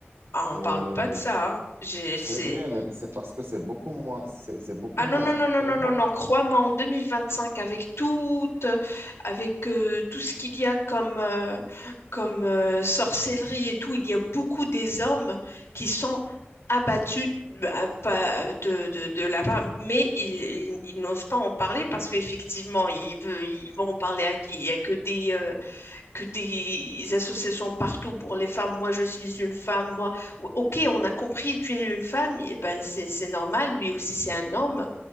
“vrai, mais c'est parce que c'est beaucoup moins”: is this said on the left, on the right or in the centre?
Right